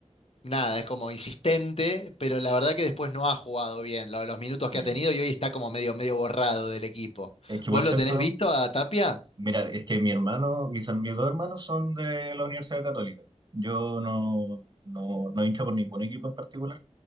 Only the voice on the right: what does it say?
eh,
Es que igual
siento,
mira, es que mi hermano, mis, mis dos hermanos son de la Universidad Católica. Yo no, no, no hincho por ningún equipo en particular,